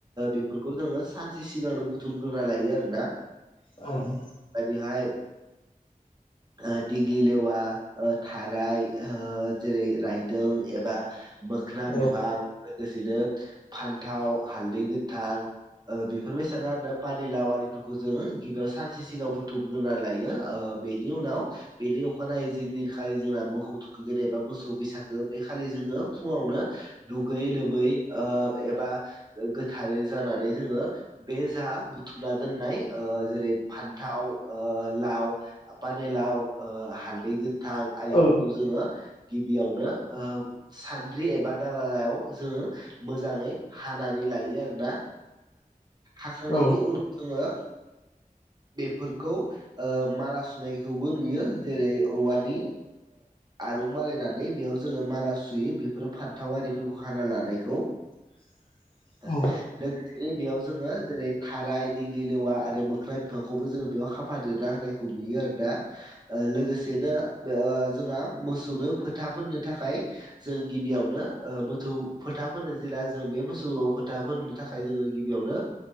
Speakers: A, on the right; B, on the left.
A: बेफोरखौ जोङो सानसे सिगांनो बुथुमग्रोना लायो आरोना
B: औ
A: बादिहाय ओ दिग्लि लेवा थाराय जेरै रायदों एबा मोखोन बिफां
B: औ
A: लोगोसेनो फान्थाव हालदै गोथां बेफोरबायसिानो आरो पानिलााविफोरखौ जोङो गिबियाव सानसे सिगां बुथुमगोना लायो बेनि उनाव बेनि अखानायै जेदिनखालि जोंना मोखौ थुखैगोन एबा मोसौ बैसागो बे खालि जोङो फुङावनो दुगै लोबै ओ एबा गोथारै जानानै जोङो बे जा बुथुमना दोननाय ओ जेरै फान्थाव ओ लाव। पानेलाव ओ हालदै गोथां आरिफोरखौ
B: औ
A: जोङो गिबियावनो ओ सान्द्रि एबा दालायाव जोङो मोजाङै हानानै लायो आरोना हाखांनायनि
B: औ
A: उनाव जोङो बेफोरखौ माला सुनाय होबोन नुयो जेरै औवानि आरुं बानायनानै बेयाव जोङो माला सुयो बेफोरो फान्थावआरिफोरखौ हाना लानायखौ।
B: <inaudible>
A: <inaudible>
B: औ
A: लोगोसेनो बेयाव जोङो जेरै थाराय दिग्लि लेवा आरो मोख्रा बिफांखौबो जोङो बेयाव हाब फदेरना होनायखौ नुयो आरोना लोगोसेनो ओ जोंहा मोसौनो फोथा फोननो थाखाय। जों गिबियावनो मोसौ फोथा फो जेला जों बे मोसौ फोथा फोननो थाखाय जोङो गिबियावनो